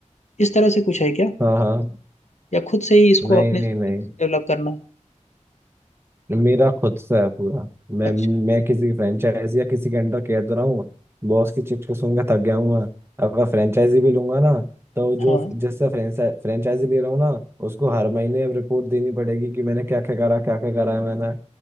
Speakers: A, on the left; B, on the right.
A: इस तरह से कुछ है क्या
B: हाँ हाँ
A: या खुद से ही इसको
B: नहीं
A: अपने
B: नहीं
A: से
B: नहीं
A: डेवलप करना है
B: मेरा खुद सा है पूरा मैं
A: अच्छा
B: मैं किसी की फ्रेंचाइज या किसी के अंडर कह तो रहा हूँ बॉस की चिप्स को सुनकर थक गया हूँ मैं। अगर फ्रेंचाइजी भी लूंगा ना तो जो
A: हाँ
B: जिससे फ्रेंचाइजी ले रहा हूँ ना उसको हर महीने अब रिपोर्ट देनी पड़ेगी कि मैंने क्या क्या करा क्या क्या करा है मैंने